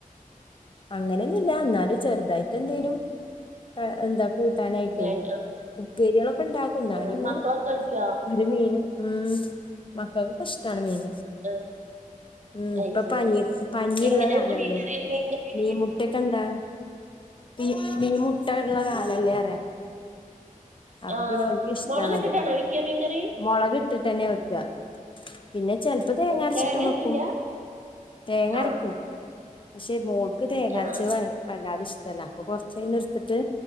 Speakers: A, on the left (about 35°); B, on the right (about 60°).
A: അങ്ങനെയൊന്നുല്ല ന്നാലും ചെറുതായിട്ട് എന്തേലും എന്താ കൂട്ടാനായിട്ടേ
B: വേണ്ട
A: ഉപ്പരികളൊക്കെ ഇണ്ടാക്കും ന്നാലൊന്ന്
B: ആഹ് മക്കളൊക്കെ കഴിക്കോ
A: ഒരു മീന് ഉം മക്കൾക്കൊക്കെ ഇഷ്ടമാണ് മീൻ
B: ആഹ്
A: ഉം
B: അയ്
A: ഇപ്പ
B: ശരി
A: പനി പനിള്ള
B: എങ്ങനെ
A: കാലല്ലേ
B: മീൻകറി മീൻകറി
A: മീൻമുട്ടക്കെണ്ടാ മീ മീൻമുട്ടള്ള കാലല്ലെറയ അപ്പൊ
B: ആഹ്
A: പിന്നെ ഓൽക് ഇഷ്ടാണത്
B: മൊളകിട്ടിട്ടാണോ വെക്കാ മീൻകറി
A: മുളക്ക ഇട്ടിട്ടന്നെ വെക്ക പിന്നെ ചെ ഇപ്പൊ തേങ്ങ
B: ആഹ്
A: അരച്ചിട്ടും
B: അരക്കില്ല
A: വെക്കും തേങ്ങ അരക്കും
B: ആഹ്
A: പക്ഷെ മോൾക്ക് തേങ്ങാരച്ചേ
B: ആഹ് ആഹ്
A: വല്ലാതിഷ്ടല്ല അപ്പൊ കൊറച്ചയ്ന്നട്ത്തിട്ട്